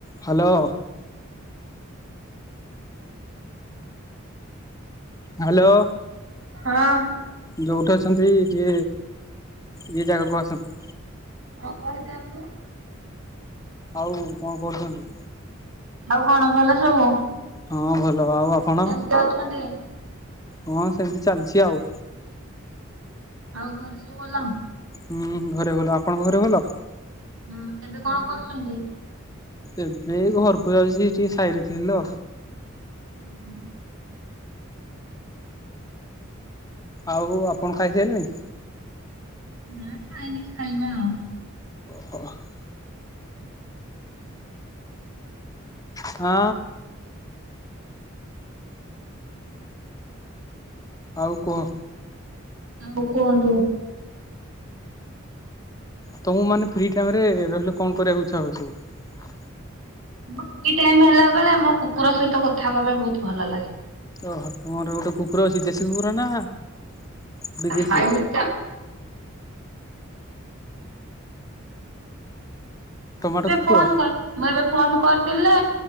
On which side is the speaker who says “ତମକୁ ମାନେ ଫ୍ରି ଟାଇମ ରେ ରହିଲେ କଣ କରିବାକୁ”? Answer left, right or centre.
Left